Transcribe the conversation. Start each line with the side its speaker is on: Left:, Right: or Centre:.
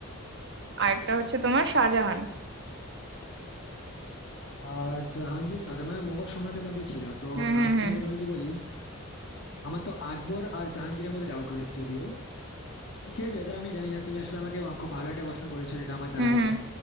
Right: আর একটা হচ্ছে তোমার শাহজাহান
Left: আহ জাহাঙ্গীর শাহজাহান মোগল সম্রাটের মধ্যে ছিল তো
Right: হুম
Left: তানসেনের
Right: হুম হুম
Left: কথা যদি বলি আমার তো আকবর আর জাহাঙ্গীরের মধ্যে ডাউট রয়েছে যদিও তো ঠিক আছে এটা আমি জানি না তুমি আসলে আমাকে খুব ভালো একটা কোশ্চেন করেছো যেটা আমার
Right: হুম
Left: জানা
Right: হুম
Left: নেই